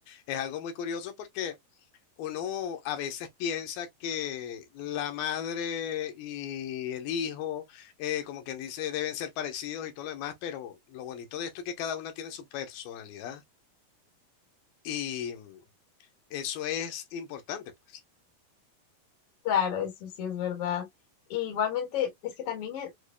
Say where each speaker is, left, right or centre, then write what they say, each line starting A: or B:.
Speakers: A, on the left; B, on the left.
A: Es algo muy curioso porque... Uno a veces piensa que la madre y el hijo, eh, como quien dice, deben ser parecidos y todo lo demás, pero lo bonito de esto es que cada una tiene su personalidad y mm, eso es importante, pues.
B: Claro, eso sí es verdad. Y igualmente, es que también